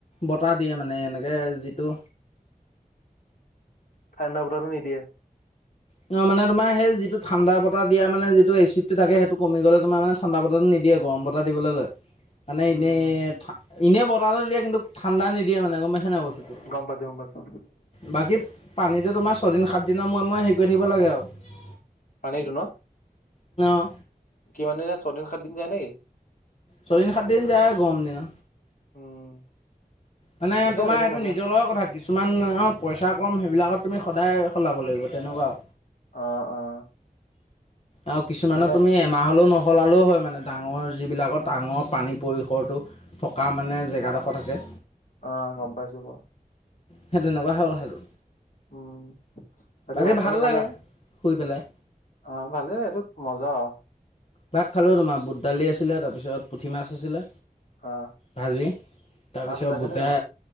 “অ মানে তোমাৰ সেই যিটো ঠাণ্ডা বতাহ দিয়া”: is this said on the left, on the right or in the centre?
Left